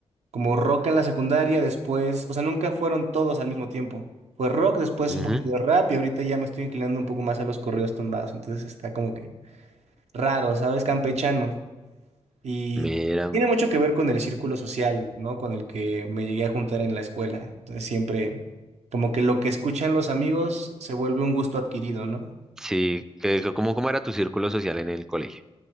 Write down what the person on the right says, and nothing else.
como rock en la secundaria, después, o sea, nunca fueron todos al mismo tiempo. Fue rock, después
un poquito de rap y ahorita ya me estoy inclinando un poco más a los corridos tumbados, entonces está como que raro, ¿sabes? Campechano. Y
tiene mucho que ver con el círculo social, ¿no? Con el que me llegué a juntar en la escuela. Entonces siempre, como que lo que escuchan los amigos se vuelve un gusto adquirido, ¿no?